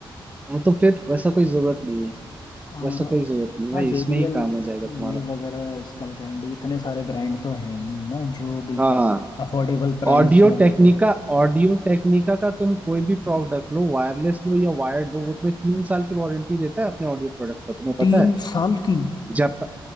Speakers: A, on the right (about 15°); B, on the left (about 50°).
A: हाँ, तो फिर वैसा कोई जरूरत नहीं है
B: आ,
A: वैसा कोई जरूरत नहीं है
B: हाँ
A: भाई
B: जे
A: इसमें
B: बी
A: ही
B: एल
A: काम हो जाएगा तुम्हारा
B: ये वगैरह स्कल कैंडी इतने सारे ब्रांड तो हैं ही ना जो बिल्कुल
A: हाँ
B: अफोर्डेबल प्राइस
A: ऑडियो
B: में देते
A: टेक्निका
B: हैं
A: ऑडियो टेक्निका का तुम कोई भी प्रोडक्ट लो वायरलेस लो या वायर्ड लो वो तुम्हें तीन साल की वारंटी देता है अपने ऑडियो प्रोडक्ट पर तुम्हें
B: तीन
A: पता है
B: साल की
A: जाप